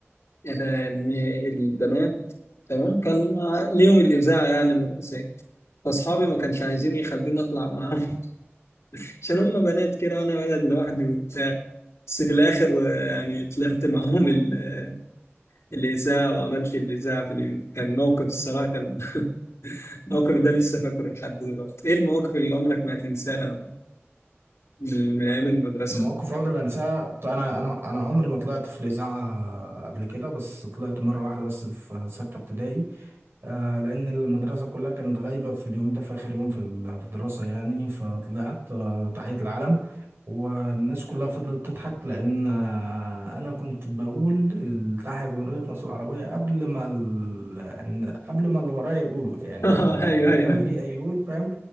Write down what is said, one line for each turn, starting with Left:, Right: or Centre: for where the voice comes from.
Left: يعني ان البنات تمام كان ليهم الاذاعه يعني المدرسيه فاصحابي ما كانش عايزين يخلوني اطلع معاهم <laughs> عشان هم بنات كده وانا ولد لوحدي وبتاع بس في الاخر آه، يعني طلعت معاهم ال- الاذاعه وعملت الاذاعه في اليوم كان موقف الصراحه كان <laughs> الموقف ده لسه فاكره لحد دلوقتي ايه المواقف اللي عمرك ما هتنساها من من ايام المدرسه
Right: مواقف عمري ما انساها ط- انا انا انا عمري ما طلعت في الاذاعه قبل كده بس طلعت مره واحده بس في سته ابتدائي آه لان المدرسه كلها كانت غايبه في اليوم ده في اخر يوم في الدراسه يعني فطلعت آه تحيه العلم والناس كلها فضلت تضحك لان آه انا كنت بقول التحية جمهوريه مصر العربيه قبل ما ال... إن- قبل ما اللي ورايا يقولوا
Left: <laughs>
Right: يعني
Left: ايوه
Right: اللي
Left: ايوه
Right: جنبي
Left: ايوه
Right: يقول فاهم